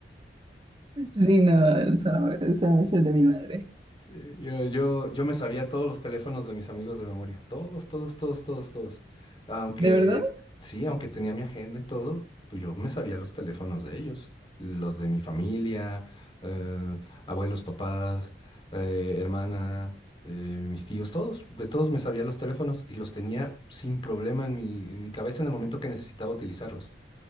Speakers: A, on the right; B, on the left.
A: Sí, no, eso no, eso es el de mi madre.
B: Sí, Yo, yo, yo me sabía todos los teléfonos de mis amigos de memoria. Todos, todos, todos, todos, todos. Aunque,
A: ¿De verdad?
B: sí, aunque tenía mi agenda y todo, pues yo me sabía los teléfonos de ellos. Los de mi familia, eh, abuelos, papás, eh, hermana, eh, mis tíos, todos. De todos me sabía los teléfonos y los tenía sin problema en mi, en mi cabeza en el momento que necesitaba utilizarlos.